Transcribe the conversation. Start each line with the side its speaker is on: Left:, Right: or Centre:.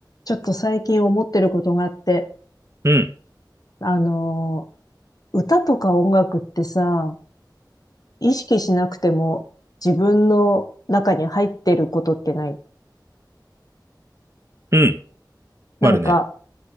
Left: ちょっと最近思ってることがあって、
Right: うん、
Left: あのー、歌とか音楽ってさ、意識しなくても自分の中に入ってることってない。
Right: うん、
Left: なんか、
Right: あるね。